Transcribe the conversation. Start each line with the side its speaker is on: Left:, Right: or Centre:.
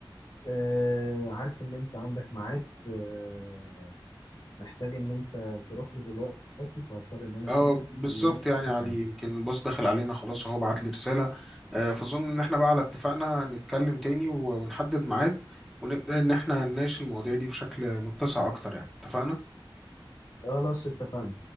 Left: آه، عارف إن أنت عندك ميعاد آه، محتاج إن أنت تروح له دلوقتي فهضطر إن أنا أسيبك
Centre: اه بالظبط
Left: ودي
Centre: يعني
Left: قعدة
Centre: يا علي
Left: تانية
Centre: يمكن الباص دخل علينا خلاص وهو بعت لي رسالة آه، فأظن إن إحنا بقى على اتفاقنا نتكلم تاني و- ونحدد ميعاد ونبدأ إن إحنا نناقش المواضيع دي بشكل متسع أكتر يعني اتفقنا؟
Left: خلاص اتفقنا